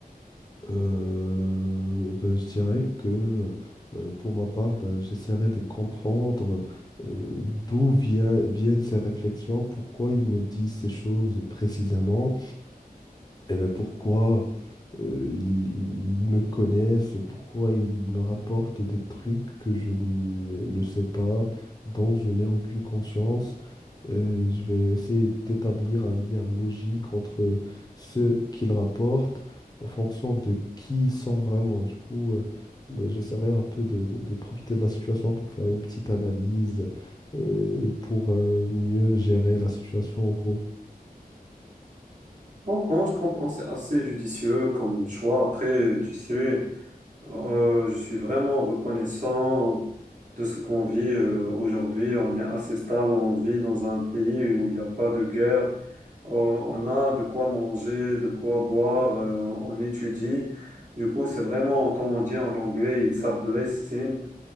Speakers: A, on the left; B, on the right.
A: Euh, bah, je dirais que euh, pour ma part, bah, j'essaierais de comprendre euh, d'où vient- viennent ces réflexions, pourquoi ils me disent ces choses précisément, et ben pourquoi. euh, ils, ils- ils me connaissent, pourquoi ils me rapportent des trucs que je ne ne sais pas, dont je n'ai aucune conscience. Euh, je vais essayer d'établir un lien logique entre ce qu'ils rapportent en fonction de qui ils sont vraiment. Du coup, euh, ben, j'essaierai un peu de, de- de profiter de la situation pour faire une petite analyse, euh, pour euh, mieux gérer la situation en gros.
B: comprends, je comprends, c'est assez judicieux comme choix. Après, tu sais. Euh, je suis vraiment reconnaissant de ce qu'on vit euh, aujourd'hui. On est assez stable, on vit dans un pays où il n'y a pas de guerre. Euh, on a de quoi manger, de quoi boire, euh, on, on étudie. Du coup, c'est vraiment, comme on dit en anglais, it's a blessing.